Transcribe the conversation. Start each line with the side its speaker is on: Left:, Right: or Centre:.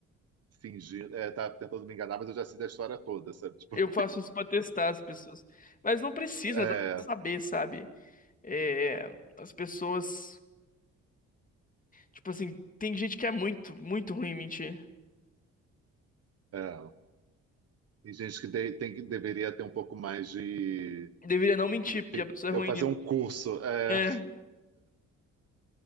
Right: fingindo, é, tá tentando me enganar, mas eu já sei da história toda, sabe? Tipo,
Left: Eu faço isso pra testar as pessoas. Mas não precisa,
Right: é,
Left: dá pra saber, sabe? É, as pessoas. Tipo assim, tem gente que é muito, muito ruim em mentir.
Right: é. Tem gente que de- tem, que- deveria ter um pouco mais de...
Left: Deveria não mentir,
Right: de-
Left: porque
Right: tem,
Left: a pessoa é
Right: eu
Left: ruim
Right: fazer
Left: nisso.
Right: um curso. é.
Left: É,